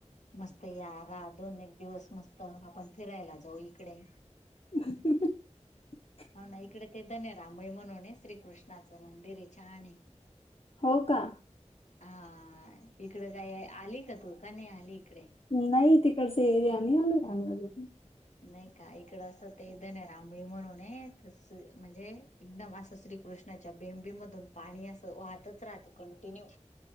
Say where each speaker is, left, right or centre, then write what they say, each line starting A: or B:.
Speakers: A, on the left; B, on the left.
A: मस्त राह दोन एक दिवस मस्त आपण फिरायला जाऊ इकडे
B: ह
A: होा ना इकडे ते धन रामळी म्हणून ये श्रीकृष्णाचं मंदिर हे छान आहे
B: हो का
A: हा इकड काय आली का तू का नाही आली इकडे
B: नाही तिकडच एरिया नि आलोय अजून
A: नाही का इकडे असं तेद नाही रांबळी म्हणून आहे त म्हणजे एकदम असं श्रीकृष्ण कृष्णाच्या बेंबी मधून पाणी असे वाहतच राहत कंटिन्यू